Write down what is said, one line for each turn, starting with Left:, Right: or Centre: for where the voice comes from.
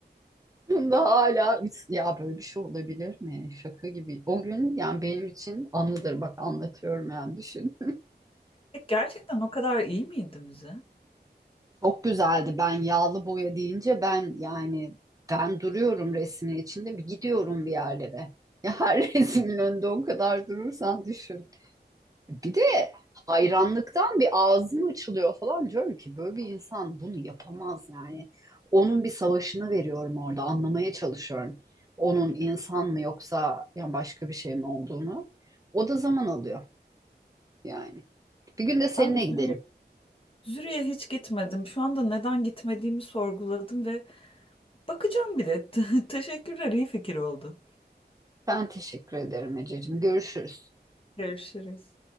Right: Funda hala ya böyle bir şey olabilir mi? Şaka gibi. O gün yani benim için anıdır bak anlatıyorum yani düşün.
Left: E, Gerçekten o kadar iyi miydi müze?
Right: Çok güzeldi. Ben yağlı boya deyince ben yani ben duruyorum resmin içinde bir gidiyorum bir yerlere. Ya her <laughs> resmin önünde o kadar durursan düşün. Bir de hayranlıktan bir ağzım açılıyor falan diyorum ki böyle bir insan bunu yapamaz yani. Onun bir savaşını veriyorum orada anlamaya çalışıyorum. Onun insan mı yoksa yani başka bir şey mi olduğunu. O da zaman alıyor yani. Bir gün de seninle
Left: Ben bir sürü
Right: gidelim.
Left: Züriye hiç gitmedim. Şu anda neden gitmediğimi sorguladım ve bakacağım bile. <laughs> Teşekkürler, iyi fikir oldu.
Right: Ben teşekkür ederim Ececiğim. Görüşürüz.
Left: Görüşürüz.